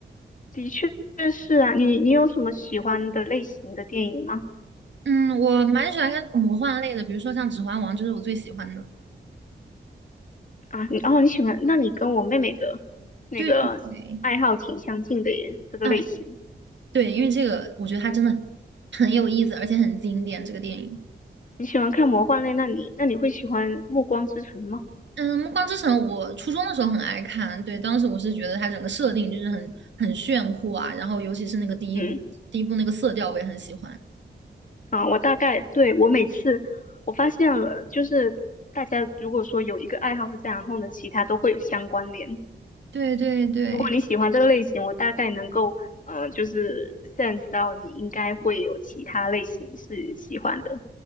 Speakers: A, on the left; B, on the right.
A: 的确是啊，你你有什么喜欢的类型的电影吗？
B: 嗯，我蛮喜欢看魔幻类的，比如说像《指环王》，就是我最喜欢的。
A: 啊，你哦，你喜欢，那你跟我妹妹的那个爱好挺相近的耶，
B: 对对对，
A: 这个类型。
B: 啊，对，因为这个我觉得它真的很有意思，而且很经典，这个电影。
A: 你喜欢看魔幻类，那你那你会喜欢《暮光之城》吗？
B: 嗯，《暮光之城》我初中的时候很爱看，对，当时我是觉得它整个设定就是很很炫酷啊，然后尤其是那个第一部，
A: 嗯，
B: 第一部那个色调我也很喜欢。
A: 啊，我大概对我每次我发现了，就是大家如果说有一个爱好是这样，然后呢，其他都会有相关联。
B: 对对对，
A: 如果你喜欢这个类型，我大概能够呃，就是 sense 到你应该会有其他类型是喜欢的。